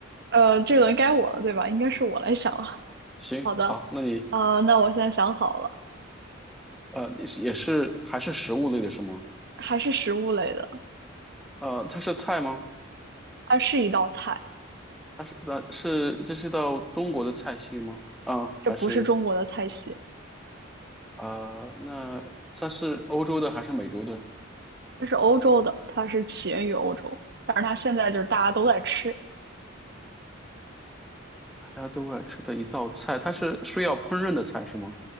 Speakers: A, on the right; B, in the centre.
A: 呃，这轮该我了，对吧？应该是我来想了。
B: 行，
A: 好的，
B: 好，那你，
A: 呃，那我现在想好了，
B: 呃，你是也是还是食物类的是吗？
A: 还是食物类的。
B: 呃，它是菜吗？
A: 它是一道菜，
B: 它是咱是这是道中国的菜系吗？啊，
A: 这不是中国的菜系，
B: 还是啊、呃那它是欧洲的还是美洲的？
A: 这是欧洲的，它是起源于欧洲，但是它现在就是大家都在吃，
B: 大家都爱吃的一道菜，它是需要烹饪的菜是吗？